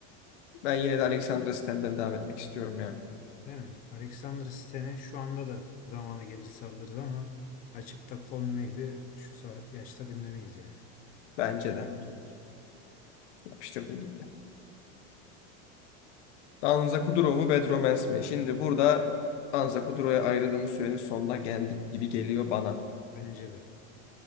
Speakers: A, on the left; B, on the left.
A: Ben yine de Alexandra Stem'den devam etmek istiyorum ya.
B: Değil mi? Alexander Sten'e şu anda da zamanı gelir saldırır ama açıp da Call Me Maybe şu sa- yaşta dinlemeyiz yani.
A: Bence de.
B: Yapıştır.
A: Yapıştırdım gitti. Danza Kuduro mu Bedromans mi? Şimdi burada Danza Kuduro'ya ayırdığımız sürenin sonuna geldik gibi geliyor bana.
B: Bence de.